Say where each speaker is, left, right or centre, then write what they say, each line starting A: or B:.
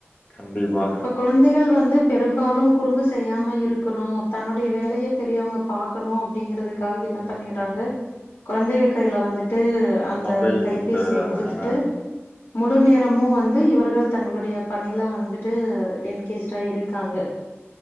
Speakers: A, on the left; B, on the left.
A: கண்டிப்பா
B: கொழந்தைகள் வந்து பெரும்பாலும் குறும்பு செய்யாம இருக்கணும் தன்னுடைய வேலையை பெரியவங்க பாக்கணும் அப்படிங்கறதுக்காக என்ன பண்ணறாங்க குழந்தைகள் கையில வந்துட்டு அந்த
A: மொபைல்
B: கைபேசிய
A: குடுத்துறாங்க
B: குடுத்துட்டு
A: ஆ
B: முழு நேரமும் வந்து இவர்கள் தங்களுடைய பணியில வந்துட்டு என்கேஜ்டா இருக்காங்க <inaudible>